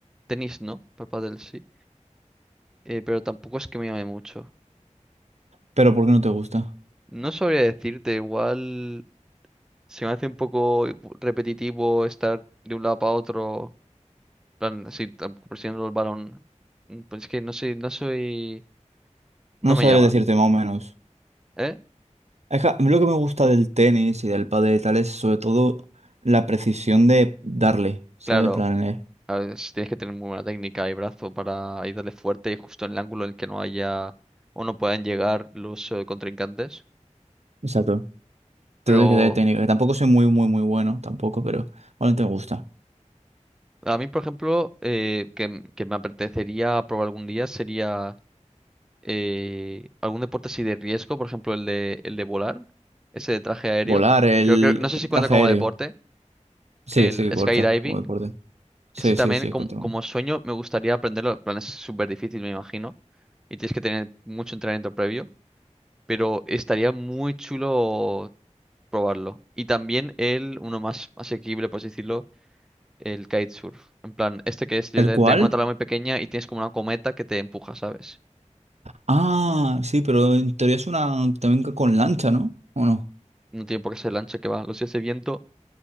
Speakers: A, in the centre; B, on the right.
A: Tenis no, pero pádel sí. Eh, pero tampoco es que me llame mucho.
B: Pero ¿por qué no te gusta?
A: No sabría decirte, igual se me hace un poco repetitivo estar de un lado para otro, en plan, así, tam- presionando el balón. Mm, Pues es que no soy, no soy, no
B: No sabría
A: me llama.
B: decirte más o menos.
A: ¿Eh?
B: Es que a mí lo que me gusta del tenis y del pádel y tal es sobre todo la precisión de darle, ¿sabes?
A: Claro,
B: En plan, eh,
A: a ver, si tienes que tener muy buena técnica y brazo para ir darle fuerte y justo en el ángulo en el que no haya o no puedan llegar los eh, contrincantes.
B: Exacto. Te
A: Pero
B: doy que te dé técnica, que tampoco soy muy, muy, muy bueno, tampoco, pero bueno, te gusta.
A: a mí, por ejemplo, eh, que, m- que me apetecería probar algún día sería eh, algún deporte así de riesgo, por ejemplo, el de, el de volar, ese de traje aéreo.
B: Volar, el,
A: Creo que, no sé
B: el
A: si cuenta
B: traje
A: como
B: aéreo.
A: deporte,
B: Sí,
A: el
B: sí que corta
A: skydiving.
B: como deporte. Sí,
A: Ese también,
B: sí, sí,
A: com-
B: continúo.
A: como sueño, me gustaría aprenderlo. En plan, es súper difícil, me imagino, y tienes que tener mucho entrenamiento previo. pero estaría muy chulo probarlo. Y también el, uno más asequible, por así decirlo, el kitesurf. En plan, este que es literalmente
B: ¿El cuál?
A: una tabla muy pequeña y tienes como una cometa que te empuja, ¿sabes?
B: Ah, sí, pero en teoría es una también que con lancha, ¿no? ¿O no?
A: No tiene por qué ser el ancho que va. Los días de viento